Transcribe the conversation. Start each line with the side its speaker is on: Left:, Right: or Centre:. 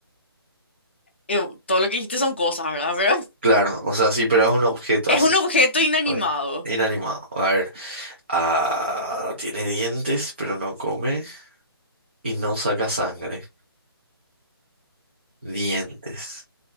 Left: eh, todo lo que dijiste son cosas, ¿verdad? Pero
Right: Claro, o sea, sí, pero es un objeto
Left: <laughs> es
Right: así.
Left: un objeto inanimado.
Right: Ok. Inanimado. A ver. Ah, tiene dientes, pero no come y no saca sangre. Dientes.